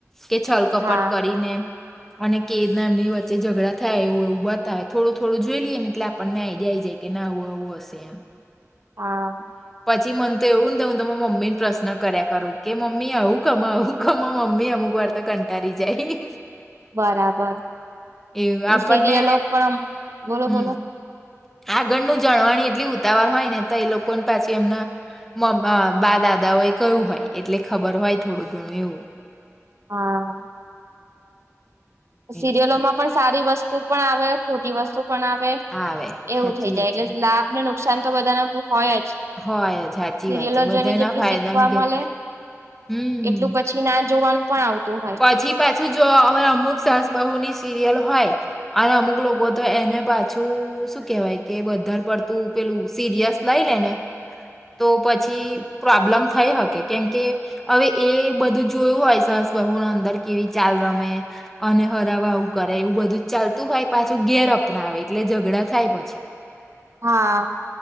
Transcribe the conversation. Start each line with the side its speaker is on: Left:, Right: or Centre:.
Centre: કે છલ કપટ
Right: હા
Centre: કરીને અને કેદ ના એમની વચ્ચે ઝઘડા થાય, એવ એ ઉ બા થાય થોડું, થોડું જોઈ લ ને એટલે આપણને આઈડિયાઈ જાય, કે ના હું, આવવું હશે એમ
Right: હા
Centre: પાછી મન તો એવું ને હું, તમે મમ્મી ને પ્રશ્ન કર્યા કરું, કે મમ્મી આવું કમા આવું માં મમ્મી અમુક વાર, તો કંટાળી જાય
Right: બરાબર
Centre: એવું આપણને
Right: એ સિરિયલો પણ બોલો
Centre: હમમ
Right: બોલો
Centre: આગળનું જાણવાણી એટલી ઉતાવર હોય, ને તો એ લોકો પાછી એમના મ્ બા દાદાઓ એ કયું હોય, એટલે ખબર હોય, થોડું ઘણું એવું
Right: હા સિરિયલોમા
Centre: એટલે
Right: પણ સારી, વસ્તુ પણ આવે ખોટી વસ્તુ પણ આવે
Centre: આવે
Right: એવું
Centre: સાચી
Right: થઈ જાય,
Centre: વાત
Right: એટલે
Centre: છે
Right: લાભને નુકસાન તો બધાને હોય જ
Centre: હોય જ સાચી
Right: સિરિયલો
Centre: વાત છે બધાના
Right: જોઈને, જેટલું
Centre: ફાયદા
Right: શીખવા
Centre: ને ગેરફાયદા
Right: મળે
Centre: હમ
Right: એટલું પછી, ના જોવાનું પણ આવતું હોય
Centre: પછી, પાછું જો હવે અમુક સાસબહુની સિરિયલ હોય. અને અમુક લોકો, તો એને બ જ પાછું શું કેવાય, કે બારે પડતું પેલું સિરિયસ લઈ લે ને તો પછી પ્રોબ્લેમ થઈ, હકે કેમકે હવે એ બધું જોયું હોય, સરસ હુ, અંદર કેવી ચાલ રમે અને હરાવા, આવું કરે એવું બધું ચાલતું, ભાઈ પાછું ઘેર સપના, આવે એટલે ઝઘડા થાય, પછી
Right: હા,